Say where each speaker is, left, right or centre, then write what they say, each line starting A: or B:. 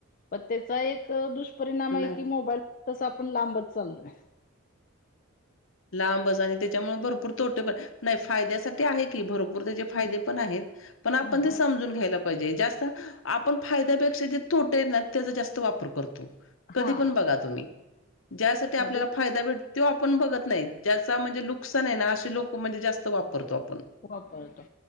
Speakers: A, on the left (about 40°); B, on the left (about 65°).
A: पण त्याचा एक दुष. परिणाम आहे
B: ना
A: की मोबाईल त आपण लांबच चालोय.
B: लांबच आणि त्याच्यामुळे भरपूर तोटे पण नाही फायद्यासाठी आहे की भरपूर त्याचे. ाये
A: हम्म,
B: पण पण आपण
A: हम्म.
B: समजून घ्यायला पाहिजे जास्त. आपण फायद्यापेक्षा जे तोट आहेत ना त्याचा जास्त वापर करतो. कधी
A: हा
B: पण बघा तुम्ही ज्यासाठी आपल्याला
A: म्हणजे
B: फायदा भेट तो आपण बघत. नाही त्या म्हणजे नुकसान आहे ना असे लोक म्हणजे जास्त वापरतो आपण.
A: वापरतो